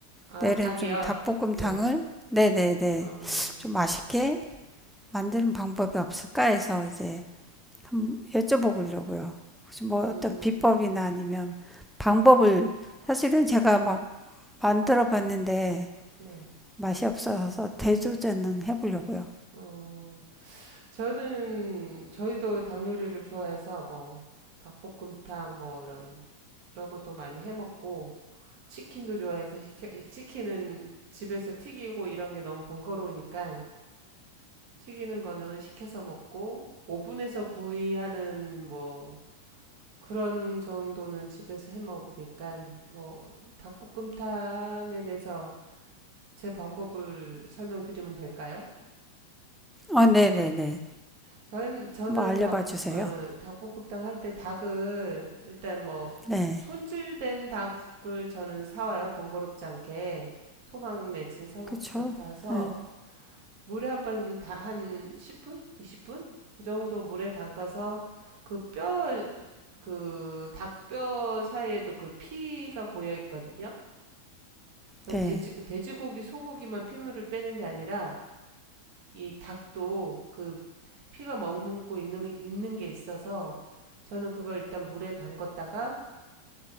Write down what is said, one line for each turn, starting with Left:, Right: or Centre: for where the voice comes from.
Right: 아,
Centre: 내일은
Right: 닭이요.
Centre: 좀 닭볶음탕을
Right: 네.
Centre: 네네네
Right: 어.
Centre: 좀 맛있게 만드는 방법이 없을까 해서 이제 한번 여쭤보려고요. 혹시 뭐
Right: 음.
Centre: 어떤 비법이나 아니면 방법을 사실은 제가 막 만들어 봤는데
Right: 네.
Centre: 맛이 없어서 대조제는 해보려고요.
Right: 어. 저는 저희도 닭 요리를 좋아해서 뭐 닭볶음탕 뭐 이런 그런 것도 많이 해 먹고 치킨도 좋아해서 시켜, 치킨은 집에서 튀기고 이런 게 너무 번거로우니까 튀기는 거는 시켜서 먹고 오븐에서 구이하는 뭐 그런 정도는 집에서 해 먹으니까 뭐 닭볶음탕에 대해서 제 방법을 설명드리면 될까요?
Centre: 어, 네네네.
Right: 저는 저는
Centre: 한번 알려봐
Right: 닭
Centre: 주세요.
Right: 어, 닭볶음탕 할 때 닭을 일단 뭐
Centre: 네.
Right: 손질된 닭을 저는 사와요 번거롭지 않게 토막 내진 사,
Centre: 그쵸.
Right: 그, 다서
Centre: 네.
Right: 물에 한번 한번 다 한 10분? 20분? 그 정도 물에 담가서 그 뼈, 그 닭 뼈 사이에도 그 피가 고여 있거든요. 그러니까
Centre: 네.
Right: 돼지, 돼지고기, 소고기만 피물을 빼는 게 아니라 이 닭도 그 피가 머금고 있는, 있는 게 있어서 저는 그걸 일단 물에 담갔다가